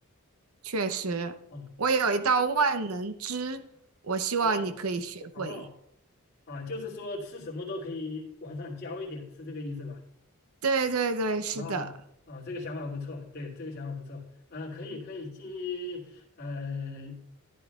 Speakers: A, on the right; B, on the left.
A: 确实，
B: 哦
A: 我有一道万能汁，我希望你可以学会。
B: 哦哦啊，就是说吃什么都可以往上浇一点，是这个意思吧？
A: 对对对，是的，
B: 啊啊，这个想法不错，对，这个想法不错啊，可以可以去呃